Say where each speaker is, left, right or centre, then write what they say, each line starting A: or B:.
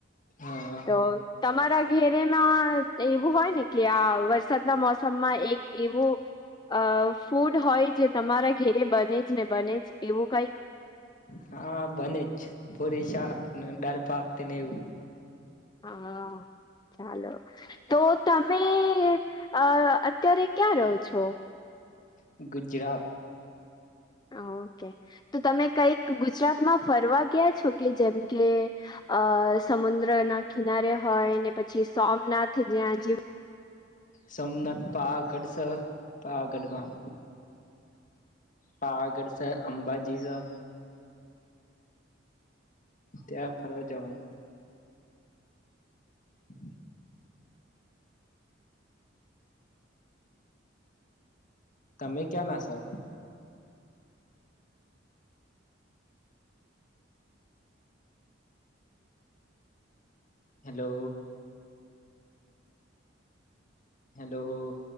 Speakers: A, on the left; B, on the left.
A: હા
B: તો તમારા હેરેમાં એવું હોય ને કે આ વરસાદના મોસમમાં એક એવું અ ફૂડ હોય જે તમારા ઘેરે બને જ ને બને જ એવું કઈક
A: હા બને જ પુરી શાક ને દાણ ભાત ને એવું
B: હા ચાલો તો તમે અ અત્યારે ક્યાં રહો છો
A: ગુજરાત
B: ઓકે તો તમે કઈક ગુજરાતમાં ફરવા ગયા છો કે જેમ કે અ સમુદ્ર ના કિનારે હોય ને પછી સોમનાથ જ્યાં જીવ
A: સોમનાથ પાવાગઢ સહ પાવાગઢ મા પાવાગઢ છેં અંબાજી સે ત્યાં ફરવા જવાનું હમ <unintelligible> તમે ક્યાંના શો? Hello hello.